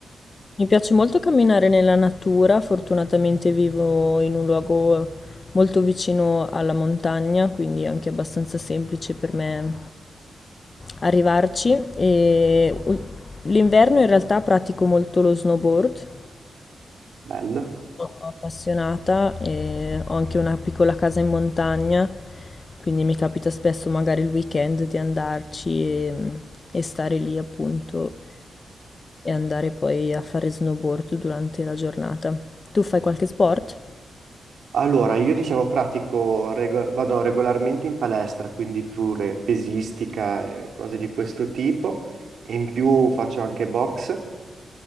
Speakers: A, on the left; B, on the right.
A: Mi piace molto camminare nella natura, fortunatamente vivo in un luogo molto vicino alla montagna, quindi è anche abbastanza semplice per me arrivarci. E ul- l'inverno in realtà pratico molto lo snowboard,
B: Bello.
A: sono appassionata e ho anche una piccola casa in montagna, quindi mi capita spesso magari il weekend di andarci e, e stare lì appunto e andare poi a fare snowboard durante la giornata. Tu fai qualche sport?
B: Allora, io diciamo pratico, rego- vado regolarmente in palestra, quindi pure pesistica e cose di questo tipo, e in più faccio anche box,